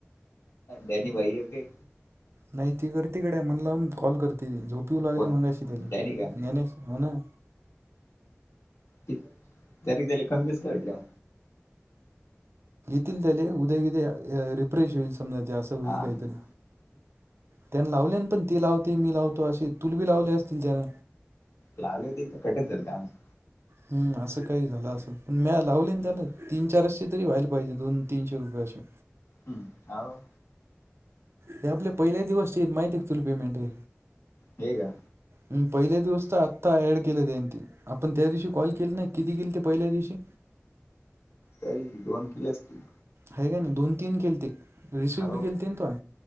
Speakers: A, on the left; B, on the right.
A: बनी भाई आहे काय?
B: नाही ती करती गड्या मण लावून कॉल करती ती झोप इउ लागली
A: कोण
B: मंगाशी ती.
A: डॅनी का
B: ज्ञानेश हो ना?
A: ती तरी त्यारी कमीच कटल्या?
B: हुतील त्याले उद्या गिद्या रिफ्रेश होईल समजा ते असं होईल
A: हा
B: काहीतरी.
A: हम्म
B: त्यान लावल्यान पण ती लावते मी लावतो असे तुलबी लावले असतील त्यान?
A: लावले होते कटच झालत आमचं.
B: हम असं काही झालं असंन म्या लावलेन
A: हम्म
B: त्यान तीन चारशे तरी व्हायला पाहिजे दोन तीनशे रुपया. <inaudible>
A: हम्म हाव.
B: हे आपले पहिल्या दिवसचे हेत माहिती तुली पेमेंट हे.
A: हे का
B: हम् पहिले दिवस तर आत्ता ऍड केलं तेंते आपण त्या दिवशी कॉल केल नाय किती केलते पहिल्या दिवशी?
A: तरी दोन किले असतील.
B: हाय कणी दोन तीन केलते रिसिव
A: हो
B: बी केलतेन तुआन.